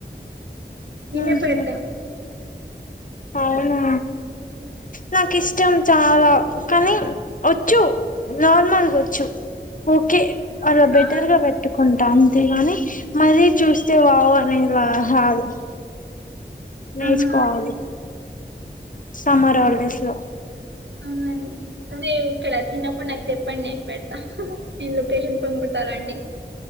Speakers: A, on the right; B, on the left.
A: <unintelligible>
B: ఉహు అవునా
A: ఉమ్,
B: నాకిష్ట ఇష్టం చాలా కానీ వచ్చు నార్మల్గా వచ్చు ఓకే
A: అవునా
B: అలా బెటర్
A: ఆ
B: గా పెట్టుకుంటాను అంతేగాని మరీ చూస్తే వావ్ అనేలా రాదు నేర్చుకోవాలి
A: ఆహా
B: సమ్మర్ హాలిడేస్ లో
A: అవునండి సరే ఇక్కడ చిన్నప్పుడు నాకు చెప్పండి నేను పెట్ నేను లొకేషన్ పంపుతారండి.